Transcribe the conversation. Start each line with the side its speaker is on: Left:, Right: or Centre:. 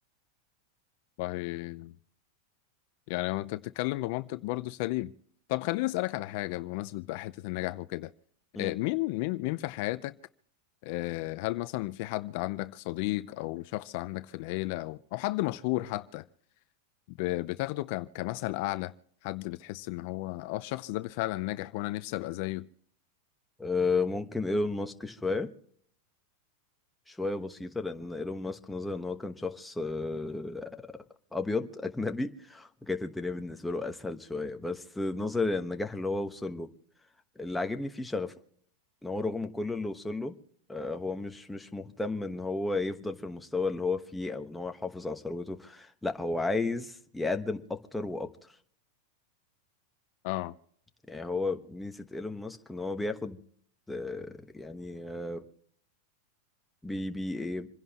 Left: <laughs> والله يعني هو انت بتتكلم بمنطق برضو سليم طب خليني اسألك على حاجة بمناسبة بقى حتة النجاح وكده
Centre: مم.
Left: آه، مين مين مين في حياتك آه، هل مثلا في حد عندك صديق او شخص عندك في العيلة او او حد مشهور حتى ب- بتاخده ك- كمثل أعلى حد بتحس إن هو آه الشخص ده فعلا ناجح وأنا نفسي أبقى زيه
Centre: آه، ممكن ايلون ماسك شوية شوية بسيطة لأن ايلون ماسك نظرا إن هو كان شخص آه، أبيض <laughs> أجنبي وكانت الدنيا بالنسبة له أسهل شوية بس نظرا للنجاح اللي هو وصل له اللي عاجبني فيه شغفه إن هو رغم كل اللي وصل له آه، هو مش مش مهتم إن هو يفضل في المستوى اللي هو فيه أو إن هو يحافظ على ثروته لأ هو عايز يقدم أكتر وأكتر
Left: آه
Centre: يعني هو ميزة ايلون ماسك إن هو بياخد آه، يعني آه، بي بي ايه